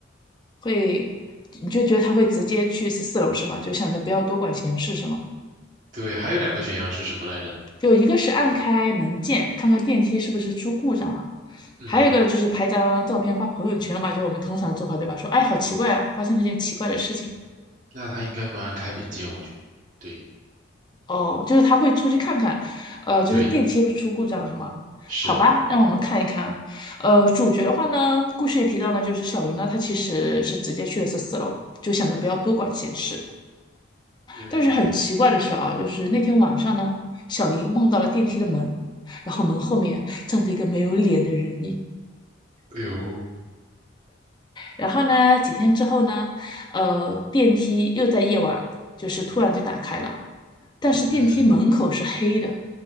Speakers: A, on the left; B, on the right.
A: 会，你就觉得他会直接去十四楼是吗？就想着不要多管闲事是吗？
B: 对，还有两个选项是什么来着？
A: 就一个是按开门键，看看电梯是不是出故障了，
B: 嗯
A: 还有一个呢就是拍张照片发朋友圈嘛，就我们通常的做法，对吧？说，哎，好奇怪啊，
B: 嗯，
A: 发生了一件奇怪的事情。
B: 那他应该会按开门键，我觉得。对
A: 哦，就是他会出去看看，呃，就是电梯不是出故障了是吗？
B: 对是，
A: 好吧，让我们看一看。呃，主角的话呢，故事里提到呢，就是小林呢，他其实是直接去了十四楼，就想着不要多管闲事。
B: 嗯，
A: 但是很奇怪的是啊，就是那天晚上呢，小林梦到了电梯的门，然后门后面站着一个没有脸的人影。
B: 哎呦，
A: 然后呢，几天之后呢，呃，电梯又在夜晚就是突然就打开了，但是电梯门口是黑的，
B: 嗯